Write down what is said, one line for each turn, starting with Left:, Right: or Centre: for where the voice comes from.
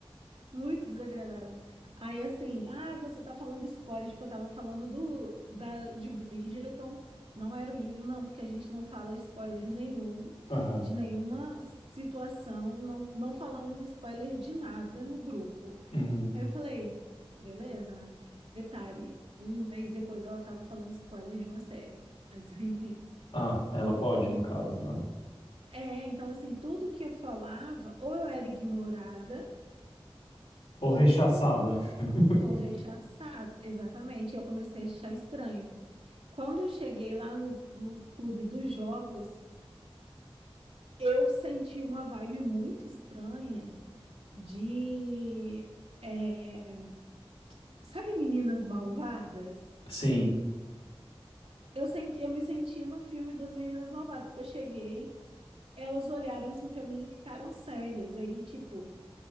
Right: Muito desagradável. Aí assim, ah, você tá falando spoiler, tipo, eu tava falando do da de Bridgerton, não era o livro, não, porque a gente não fala spoiler nenhum
Left: Aham.
Right: de nenhuma situação, não não falamos spoiler de nada no grupo.
Left: Uhum.
Right: Aí eu falei, beleza, né? Detalhe, um mês depois ela tava falando spoiler de uma série. Mas <laughs> enfim,
Left: Ah, ela
Right: então
Left: pode,
Right: assim,
Left: no caso, né?
Right: é, então assim, tudo que eu falava, ou eu era ignorada,
Left: Ou
Right: ou
Left: rechaçada. <laughs>
Right: Ou rechaçada, exatamente. Eu comecei a achar estranho. Quando eu cheguei lá no, no clube dos jogos, eu senti uma vibe muito estranha de, é, sabe, meninas malvadas?
Left: Sim.
Right: Eu senti, eu me senti no filme das meninas malvadas, porque eu cheguei, elas olharam assim pra mim e ficaram sérias. Aí, tipo,